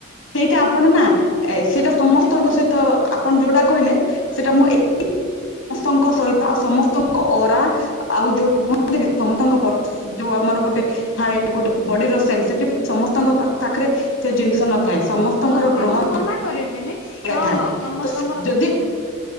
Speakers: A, on the left; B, on the left.
A: ସେଇଟା ଆପଣ ନା ସେଇଟା ସମସ୍ତଙ୍କ
B: ବୁଝିପାରିଲୁ ନା
A: ସହିତ ଆପଣ ଯୋଉଟା କହିଲେ ସେଇଟା ମୁଁ ସମସ୍ତଙ୍କ ସହିତ ଆଉ ସମସ୍ତଙ୍କ ଓରା ଆଉ <unintelligible> ସମସ୍ତଙ୍କ। ଯୋଉ ଆମର ଗୋଟେ ଥାଏ ଗୋଟେ ବଡିର ସେନ୍ସିଟିଭ ସମସ୍ତଙ୍କ ପାଖ ପାଖରେ ସେ ଜିନିଷ ନଥାଏ ସମସ୍ତଙ୍କର
B: ନଥା
A: ଗ୍ରହ
B: ମୁଁ ମନା କରିବିନି
A: ଥାଏ
B: ହଁ ହଁ ସମସ୍ତଙ୍କର
A: ତ ଯଦି